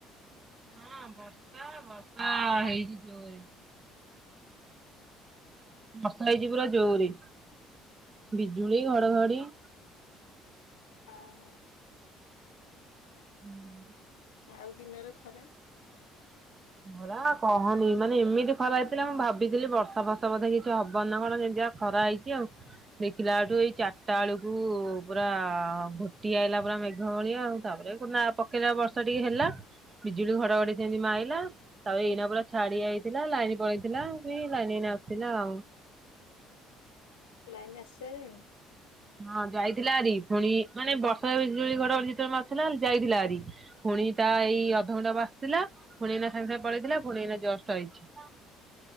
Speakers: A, on the right; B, on the left.
A: ହଁ ବର୍ଷା ବର୍ଷା
B: ହଁ
A: ହେଇଛି ଜୋରେ। ବର୍ଷା ହେଇଛି ପୁରା ଜୋରେ ବିଜୁଳି ଘଡ଼ଘଡ଼ି।
B: ହଁ ହଁ।
A: <inaudible>
B: ଆଉ ଦିନରେ ଖରା।
A: ଖରା କହନି ମାନେ ଏମିତି ଖରା ହେଇଥିଲା ମୁଁ ଭାବିଥିଲି ବର୍ଷା ଫର୍ଷା ବୋଧେ କିଛି ହବ ନା କଣ ଯେମତିଆ। ଖରା ହେଇଛି ଆଉ। ଦେଖିଲା ଆଠୁ ଏଇ ଚାରିଟା ବେଳୁକୁ ପୁରା ଘୋଟି ଆଇଲା ପୁରା ମେଘ ଭଳିଆ ଆଉ। ତାପରେ କୁ ନା ପକେଇଲା ବର୍ଷା ଟିକେ ହେଲା ବିଜୁଳି ଘଡଘଡି ସେମିତି ମାଇଲା। ତାପରେ ଏଇନା ପୁରା ଛାଡି ଯାଇଥିଲା ଲାଇନ ପଳେଇଥିଲା ଲାଇନ ଏଇନା ଆସିଲା ଆଉ।
B: ଲାଇନ ଆସି ସାଇଲାଣୀ।
A: ହଁ ଯାଇଥିଲା ଆରି ପୁଣି ମାନେ ବର୍ଷା ବିଜୁଳି ଘଡଘଡି ଯେତେବେଳେ ମାରୁଥିଲା ଯାଇଥିଲା ହାରି। ପୁଣି ତା ଏଇ ଅଧଘଣ୍ଟା ହବ ଆସି ଥିଲା ପୁଣି ଏଇନା ସାଙ୍ଗେ ସାଙ୍ଗେ ପଳେଇଥିଲା ପୁଣି ଏଇନା ଜଷ୍ଟ ଆଇଛି।